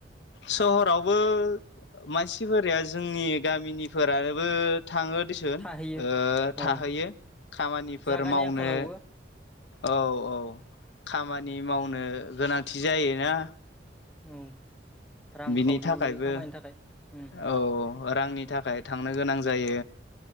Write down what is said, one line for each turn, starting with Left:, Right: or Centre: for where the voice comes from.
Left: सहरावबो मानसिफोराया जोंनि गामिनिफोरानोबो थांङो दिसुन
Centre: थाहैयो
Left: थाहैयो
Centre: औ
Left: खामानिफोर
Centre: जागानि
Left: मावनो।
Centre: आंखालावबो
Left: औ औ खामानि मावनो गोनांथि जायोना।
Centre: औ रांखावरि
Left: बिनि थाखायबो
Centre: खामायनो थाखाय उम
Left: औ रांनि थाखाय थांनो गोनां जायो।